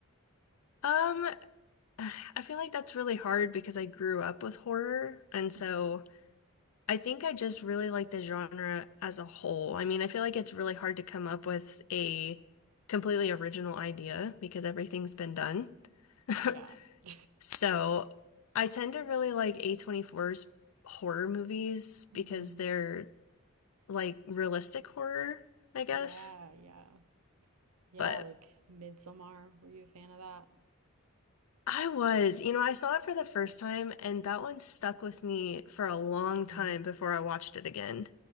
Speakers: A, on the left (about 80°); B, on the right (about 80°).
A: Um, <sighs> I feel like that's really hard because I grew up with horror, and so
B: Mm-hmm.
A: I think I just really like the genre as a whole. I mean, I feel like it's really hard to come up with a completely original idea because everything's been done. <laughs>
B: Yeah. <laughs>
A: So I tend to really like a twenty-four's horror movies
B: Mm-hmm.
A: because they're like realistic horror, I guess.
B: Yeah, yeah. Yeah,
A: But
B: like Midsommar. Were you a fan of that?
A: I was, you know, I saw it for the first time and that one stuck with me for a long time
B: Mhm.
A: before I watched it again.